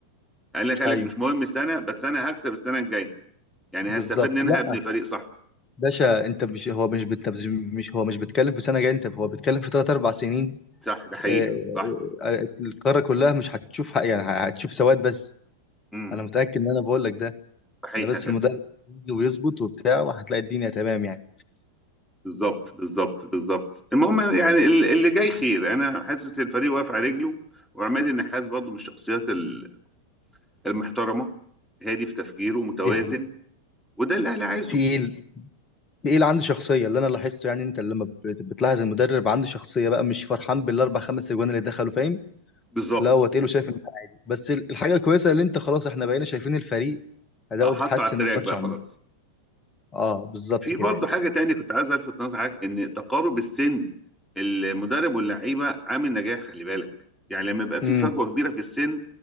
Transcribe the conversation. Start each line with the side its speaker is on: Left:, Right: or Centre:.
Centre: قال لك قال
Left: ايوه
Centre: لك مش مهم السنه بس انا هكسب السنه الجايه يعني
Left: بالظبط
Centre: هستفاد منها
Left: لا
Centre: هبني فريق صح
Left: باشا انت مش هو مش بت... مش هو مش بيتكلم في سنه جايه انت هو بيتكلم في ثلاث اربع سنين
Centre: صح ده حقيقه
Left: آه،
Centre: صح
Left: آه، آه، القاره كلها مش هتشوف حق يعني هتشوف سواد بس
Centre: امم
Left: انا متاكد ان انا بقول لك ده
Centre: صحيح
Left: انا بس
Centre: يا فندم
Left: المدرب يجي ويظبط وبتاع وهتلاقي الدنيا تمام يعني
Centre: بالظبط بالظبط بالظبط المهم يعني ال- اللي جاي خير انا حاسس الفريق واقف على رجله وعماد النحاس برضه من الشخصيات ال- المحترمه هادي في تفكيره متوازن
Left: دي حاجه
Centre: وده اللي الاهلي عايزه
Left: تقيل ايه اللي عنده شخصيه اللي انا لاحظته يعني انت لما بت- بتلاحظ المدرب عنده شخصيه بقى مش فرحان بالاربع خمس اجوان اللي دخلوا فاهم
Centre: بالظبط
Left: لا هو تقيله شايف ان ده عادي بس ال- الحاجه الكويسه اللي انت خلاص احنا بقينا شايفين الفريق اداؤه
Centre: آه، حطه
Left: بيتحسن
Centre: على التراك
Left: ماتش
Centre: بقى
Left: عن
Centre: خلاص
Left: ماتش اه بالظبط
Centre: في
Left: كده
Centre: برضه
Left: يعني
Centre: حاجه تانية كنت عايز الفت نظر حضرتك ان تقارب السن المدرب واللعيبه عامل نجاح خلي بالك يعني لما يبقى
Left: امم
Centre: في فجوه كبيره في السن